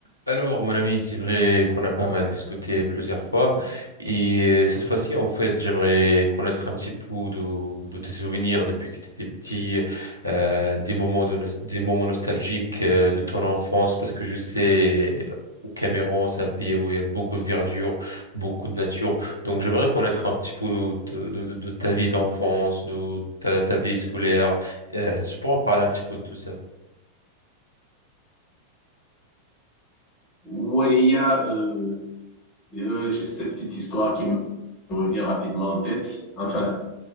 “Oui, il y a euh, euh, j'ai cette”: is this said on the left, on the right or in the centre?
Left